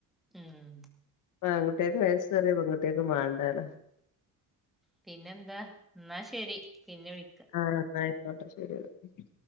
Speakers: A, in the centre; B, on the left (about 65°).
A: ഉം
B: ഇപ്പൊ ആൺ കുട്ടികൾക്ക് വയസ്സേറിയ പെൺ കുട്ടികൾക്ക് വേണ്ടാലൊ
A: പിന്നെന്താ എന്നാ ശരി പിന്നെ വിളിക്കാം
B: ആഹ് <unintelligible> ആട്ടെ ശെരി എന്നാ